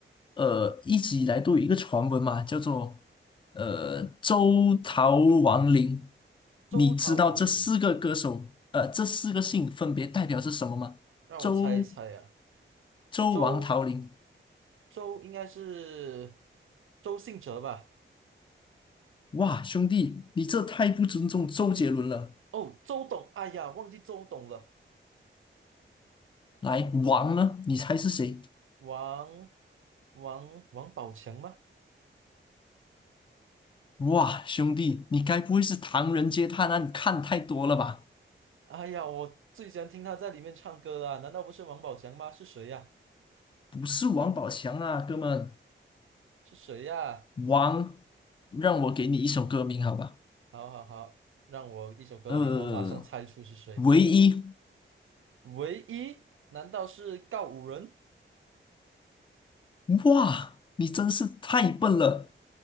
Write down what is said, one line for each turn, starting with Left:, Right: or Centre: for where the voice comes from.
Left: 呃，一直以来都有一个传闻嘛，叫做呃周桃王林。
Right: 周桃、
Left: 你知道这四个歌手，
Right: 王琳，
Left: 呃，这四个姓分别代表是什么吗？
Right: 让我猜一猜呀，
Left: 周周王桃林。
Right: 周周应该是周信哲吧？
Left: 哇，兄弟，你这太不尊重周杰伦了。
Right: 哦，周董，哎呀，忘记周董了。
Left: 来，
Right: 嗯，
Left: 王呢？你猜是谁？
Right: 王王王宝强吗？
Left: 哇，兄弟，你该不会是《唐人街探案》看太多了吧？
Right: 哎呀，我最喜欢听他在里面唱歌了啊难道不是王宝强吗？是谁呀、
Left: 不是王宝强啊，哥们，
Right: 是谁呀、
Left: 王，让我给你一首歌名好吧？
Right: 好好好，让我一首歌名，
Left: 呃，
Right: 我马上猜出是谁。
Left: 唯一，
Right: 唯一？难道是告五人
Left: 哇，你真是太笨了，